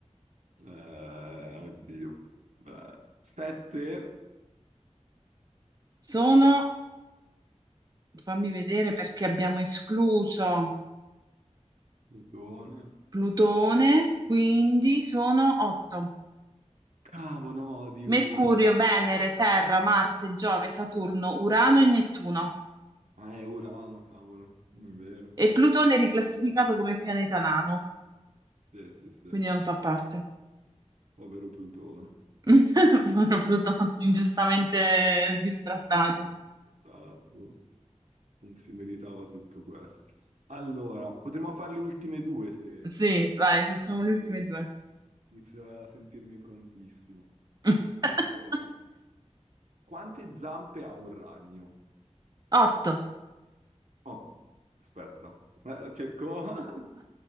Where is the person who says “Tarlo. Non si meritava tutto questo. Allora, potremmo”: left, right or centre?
Right